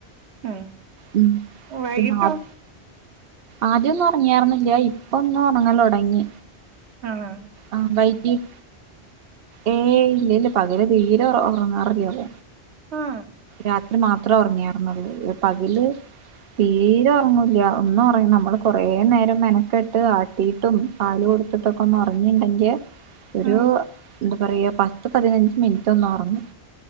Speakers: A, on the right (about 80°); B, on the right (about 65°).
A: ഉം
B: ഉം
A: വൈകിട്ടോ
B: <unintelligible> ആദ്യം ഒന്നും ഇറങ്ങിയിരുന്നില്ല ഇപ്പൊ ഒന്ന് ഉറങ്ങല് തുടങ്ങി.
A: ആഹ്
B: ആ <unintelligible> ഏയ് ഇല്ലല്ല പകല് തീരെ ഉറങ്ങാറില്ല
A: ആഹ്
B: രാത്രി മാത്രം ഉറങ്ങിയാർന്ന് ഉള്ളൂ പകല് തീരെ ഉറങ്ങൂല്ല ഒന്നും ഒറ നമ്മള് കൊറേ നേരം മെനക്കട്ട് ആട്ടിട്ടും പാല് കൊടുത്തിട്ടൊക്കെ ഒന്ന് ഉറങ്ങിണ്ടെങ്കി ഒരു
A: ഉം
B: എന്താ പറയാ പത്ത് പതിനഞ്ച് മിനിറ്റൊന്ന് ഉറങ്ങും